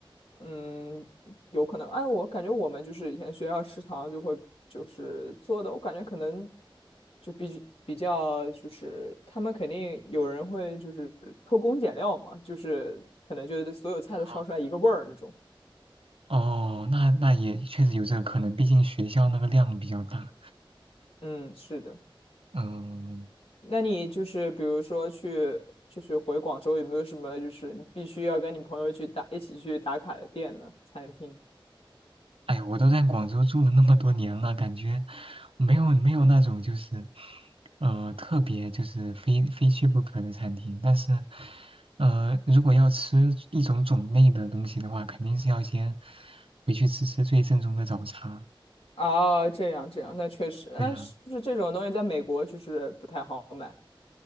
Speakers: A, on the left (about 85°); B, on the right (about 80°).
A: 嗯，有可能，哎，我感觉我们就是以前学校食堂就会就是做的，我感觉可能就比比较就是他们肯定有人会就是偷工减料嘛，就是可能就是所有菜都烧出来一个味儿那种。
B: 啊，哦，那那也确实有这个可能，毕竟学校那个量比较大。
A: 嗯，是的。
B: 嗯，
A: 那你就是比如说去就是回广州有没有什么就是你必须要跟你朋友去打一起去打卡的店呢？餐厅？
B: 哎呀，我都在广州住了那么多年了，感觉没有没有那种就是，呃，特别就是非非去不可的餐厅。但是，呃，如果要吃一种种类的东西的话，肯定是要先回去吃吃最正宗的早茶。
A: 哦，这样这样，那确实，那是不是这种东西在美国就是不太好买？
B: 对呀，